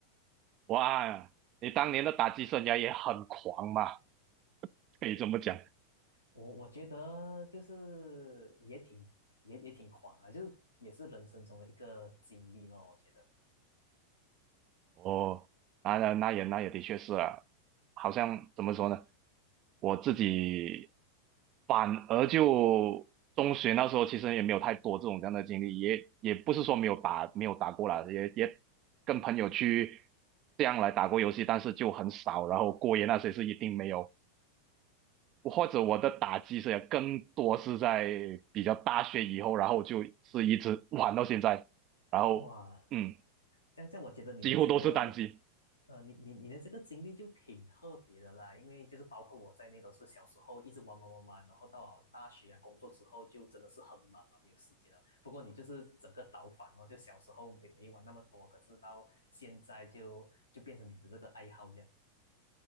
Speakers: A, on the right (about 35°); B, on the left (about 75°).
A: 哇，你当年的打击生涯也很狂嘛，<laughs> 可以这么讲。
B: 我我觉得就是也挺也也挺狂啊，就是也是人生中的一个经历咯，我觉得
A: 哦，那那那也那也的确是啊，好像怎么说呢，我自己反而就中学那时候其实也没有太多这种这样的经历，也也不是说没有打没有打过啦，也也跟朋友去这样来打过游戏，但是就很少，然后过夜那些是一定没有。或者我的打击是更多是在比较大学以后，然后就是一直玩到现在，然后嗯，
B: 哇，这样这样，我觉得你的这个，
A: 几乎都是单机。
B: 呃，你你你的这个经历就挺特别的啦，因为就是包括我在内，都是小时候一直玩玩玩玩，然后到了大学啊工作之后，就真的是很忙啊，没有时间了。不过你就是整个倒反哦，就小时候没没玩那么多，可是到现在就就变成你的这个爱好这样，